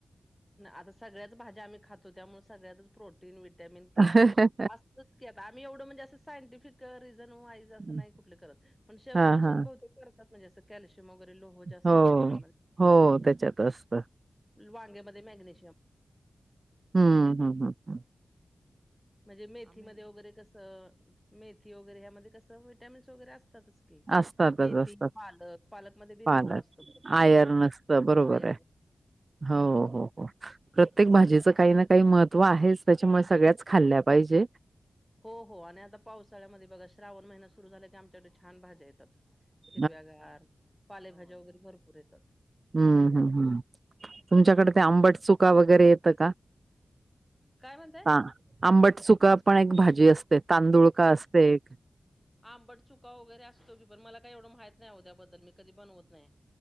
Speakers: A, in the centre; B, on the right.
A: आता सगळ्याच भाज्या आम्ही खातो त्यामुळे सगळ्यातच प्रोटीन, विटॅमिन के
B: हं,
A: आहे.
B: हं,
A: तेच आता आम्ही एवढं म्हणजे असं सायंटिफिक रिजन व्हाईज. ते अस
B: हं.
A: नाही कुठल करत पण शेवग्याची
B: हां,
A: शेंग
B: हां.
A: बहुतेक कुठ. म्हणजे असं कॅल्शियम वगैरे लोह जास्त
B: हो,
A: असत त्यामध्ये
B: हो त्याच्यात असतं.
A: <inaudible> वांग्यामध्ये मॅग्नेशियम.
B: हम् हम हम हम.
A: म्हणजे मेथीमध्ये वगैरे कसं, मेथी वगैरे ह्यामध्ये कसं विटॅमिन्स वगैरे असतातच.
B: असतातच
A: मेथी,
B: असतात
A: पालक. पालक मध्ये बी
B: पालक.
A: लोहा असतो भरपूर प्रमाणात
B: आयर्न असतं बरोबर
A: आयर्न.
B: आहे. हो हो हो. प्रत्येक भाजीचं काही ना काही महत्त्व आहेच त्याच्यामुळे सगळ्याच खाल्ल्या पाहिजे.
A: हो हो आणि आता पावसाळ्यामध्ये बघा श्रावण महिना सुरू झाला की आमच्याकडे छान भाज्या येतात.
B: <inaudible>
A: हिरव्यागार पालेभाज्या वगैरे भरपूर येतात.
B: हम्म, हम्म, हम्. तुमच्याकडे ते आंबट चुका वगैरे येतं का?
A: काय म्हणताय?
B: हां. आंबट चुका पण एक भाजी असते. तांदुळका असते एक.
A: आंबड चुका वगैरे असतो की पण, मला काय एवढं माहित नाही ओ त्याबद्दल मी कधी बनवत नायं.